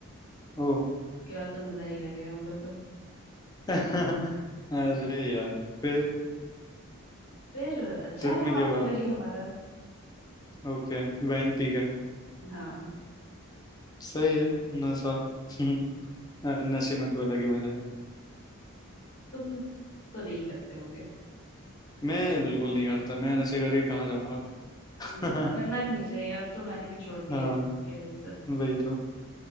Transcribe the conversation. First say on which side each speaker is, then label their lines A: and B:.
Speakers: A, on the left; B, on the left.
A: ओ
B: उसके बाद तो मजा ही आ गया हम लोग को
A: <laughs> अरे यार फिर
B: फिर अच्छा
A: ट्रिप
B: रहा
A: में क्या हुआ
B: मेमोरी हमारा
A: ओके वैन पी गए
B: हाँ
A: सही है नशा <laughs> नशे में तो अलग ही मजा है
B: तुम तो नहीं करते हो
A: मैं बिल्कुल नहीं करता मैं नशे करके कहाँ जाऊंगा
B: हम्म, करना
A: <laughs>
B: भी नहीं चाहिए अब तो मैंने भी छोड़ दिया
A: हाँ
B: है क्या ये सब
A: वही तो